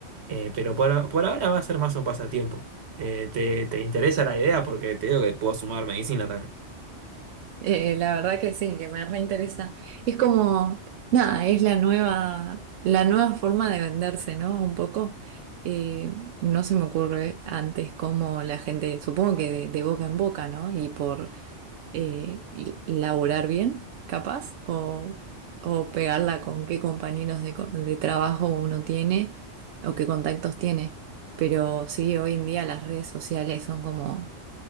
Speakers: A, on the right; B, on the right.
A: Eh, pero por, por ahora va a ser más un pasatiempo. Eh, ¿te, te interesa la idea? Porque te digo que puedo sumar medicina también.
B: Eh, la verdad que sí, que me reinteresa. Es como, nada, es la nueva, la nueva forma de venderse, ¿no? Un poco. Eh, no se me ocurre antes cómo la gente, supongo que de de boca en boca, ¿no? Y por eh, y laburar bien, capaz, o, o pegarla con qué compañeros de, co- de trabajo uno tiene o qué contactos tiene. Pero sí, hoy en día las redes sociales son como